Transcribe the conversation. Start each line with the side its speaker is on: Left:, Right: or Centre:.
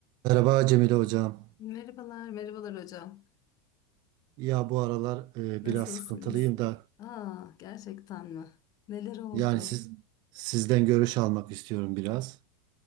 Right: Merhaba Cemile Hocam.
Left: Merhabalar, merhabalar hocam.
Right: Ya bu aralar e,
Left: Nasılsınız?
Right: biraz sıkıntılıyım da
Left: Aa, gerçekten mi? Neler oldu?
Right: yani siz sizden görüş almak istiyorum biraz.